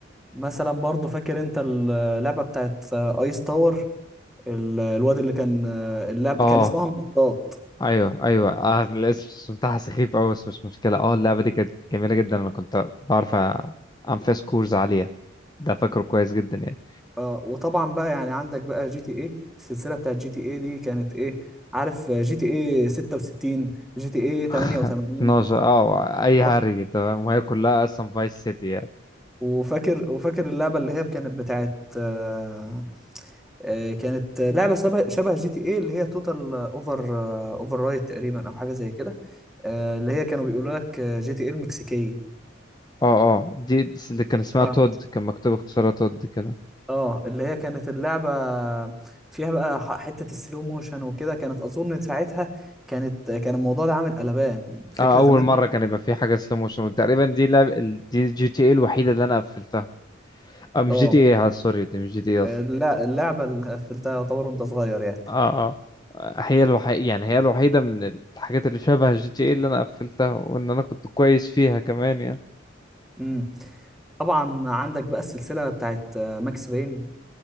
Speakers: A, in the centre; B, on the left (about 20°).
A: مثلا برضو فاكر انت اللعبه بتاعت ايس تاور ال- الواد اللي كان اللعبه
B: أه
A: كان اسمها النطاط
B: أيوه أيوه آه الاسم بتاعها سخيف أوي بس مش مشكلة أه اللعبة دي كانت جميلة جدا أنا كنت بعرف أ- أعمل فيها سكورز عالية ده فاكره كويس جدا يعني
A: اه وطبعا بقى يعني عندك بقى جي تي ايه السلسله بتاعت جي تي ايه دي كانت ايه عارف جي تي ايه 66 جي تي ايه
B: <laughs>
A: 88
B: 12 اه اي
A: <laughs>
B: هري تمام وهي كلها اصلا فايس سيتي
A: وفاكر وفاكر اللعبه اللي هي كانت بتاعت آه، آه، كانت لعبه شبه شبه جي تي ايه اللي هي توتال اوفر اوفر رايت تقريبا او حاجه زي كده آه، اللي هي كانوا بيقولوا لك جي تي ايه المكسيكيه
B: اه اه دي دي اللي كان اسمها
A: اه
B: تود كان مكتوب اختصارها تود كده
A: اه اللي هي كانت اللعبة فيها بقى ح- حتة السلو موشن وكده كانت أظن ساعتها كانت كان الموضوع ده عامل قلبان فكرة
B: اه اول
A: إن أنت
B: مره كان يبقى في حاجه سلو موشن وتقريبا دي لعب ال- دي جي تي اي الوحيده اللي انا قفلتها اه مش
A: اه
B: جي تي اي سوري دي مش جي تي اي اصلا
A: اللع- اللعبة اللي قفلتها يعتبر وأنت صغير يعني
B: اه اه هي الوحيده يعني هي الوحيده من الحاجات اللي شبه جي تي اي اللي انا قفلتها وان انا كنت كويس فيها كمان يعني
A: امم طبعا عندك بقى السلسلة بتاعت آه، ماكس بين